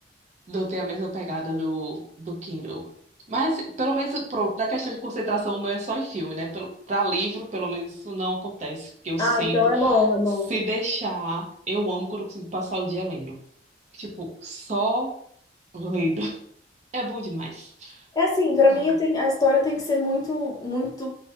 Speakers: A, on the right (about 40°); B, on the left (about 20°).
A: não tem a mesma pegada do, do Kindle. Mas, pelo menos, pronto, da questão de concentração, o meu é só em filme, né? Para livro, pelo menos, isso não acontece, porque eu sinto,
B: Ah, então é bom, é bom.
A: se deixar, eu amo quando eu consigo passar o dia lendo. Tipo, só lendo. <laughs> É bom demais.
B: É assim, pra
A: Ai,
B: mim tem- a história tem que ser muito, muito